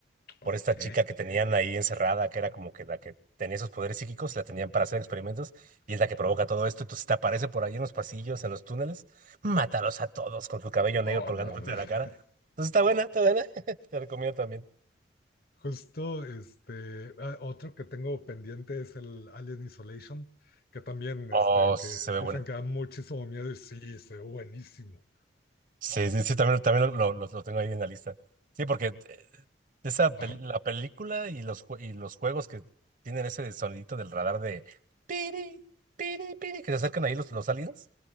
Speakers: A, on the left (about 55°); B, on the right (about 45°).
A: Ok.
B: por esta chica que tenían ahí encerrada, que era como que la que tenía esos poderes psíquicos, la tenían para hacer experimentos, y es la que provoca todo esto. Entonces te aparece por ahí en los pasillos, en los túneles, mátalos a todos con su cabello negro
A: Oh,
B: colgando
A: no, no.
B: frente de la cara.
A: <laughs>
B: Entonces está buena, está buena. <laughs> Te recomiendo también.
A: Justo, este, ah, otro que tengo pendiente es el Alien Isolation, que también,
B: Oh,
A: este,
B: se
A: que
B: ve
A: dicen
B: buena.
A: que da muchísimo miedo y sí, se ve buenísimo.
B: Sí, sí, sí, también, también lo, lo- lo tengo ahí en la lista. Sí, porque eh, esa pel-
A: Ajá,
B: la película y los, jue- y los juegos que tienen ese sonidito del radar de piri, piri, piri, que se acercan ahí los, los aliens.